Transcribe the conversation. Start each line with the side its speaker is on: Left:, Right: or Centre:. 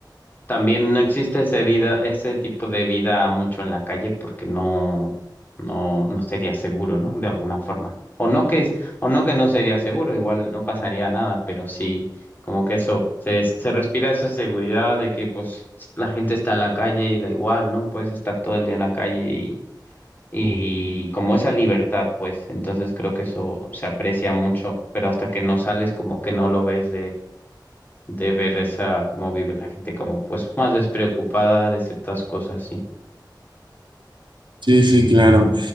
Left: También no existe ese vida, ese tipo de vida mucho en la calle porque no, no, no sería seguro, ¿no? De alguna forma. O no que es, o no que no sería seguro, igual no pasaría nada, pero sí, como que eso, se, se respira esa seguridad de que pues la gente está en la calle y da igual, ¿no? Puedes estar todo el día en la calle y, y como esa libertad, pues, entonces creo que eso se aprecia mucho, pero hasta que no sales, como que no lo ves de ver esa, cómo vive la gente, como pues más despreocupada de ciertas cosas, sí.
Right: Sí, sí, claro.